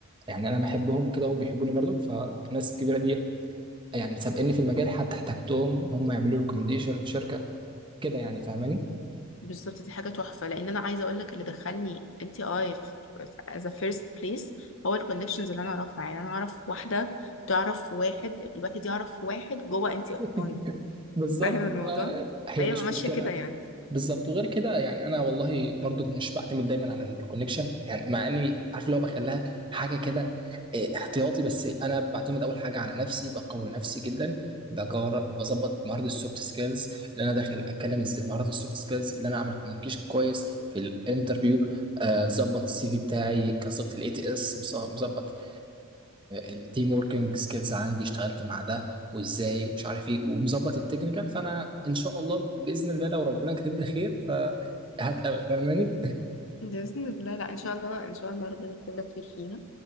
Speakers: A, on the right; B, on the left.
A: يعني انا بحبهم وكده هم بيحبوني برضك فالناس الكبيره دي يعني سابقني في المجال حتى احتجتهم هم يعملوا لي ريكومنديشن في شركه كده يعني فاهماني
B: بالظبط دي حاجة تحفة لأن أنا عايزة أقول لك اللي دخلني أنت أي في as a first place هو الكونكشنز اللي أنا أعرفها يعني أنا أعرف واحدة تعرف واحد الواحد يعرف واحد جوه أنت
A: <laughs>
B: أي
A: بالظبط
B: <laughs> فاهم الموضوع
A: آه، هي
B: فهي
A: مش
B: ماشية
A: مشكله
B: كده يعني
A: بالظبط وغير كده يعني انا والله برضو مش بعتمد دايما على الكونكشن يعني مع اني عارف اللي هو بخليها حاجه كده إيه، احتياطي بس انا بعتمد اول حاجه على نفسي بقوي نفسي جدا بجار بظبط مهارات السوفت سكيلز اللي انا داخل اتكلم ازاي مهارات السوفت سكيلز اللي انا اعمل كوميونيكيشن كويس في الانترفيو ظبط السي في بتاعي كظبط الاي تي اس مظبط التيم وركينج سكيلز عندي اشتغلت مع ده وازاي ومش عارف ايه ومظبط التكنيكال فانا ان شاء الله باذن الله لو ربنا كاتب لي خير فهتقبل فاهماني
B: بإذن الله لا إن شاء الله إن شاء الله ربنا يكتب لك خير فيها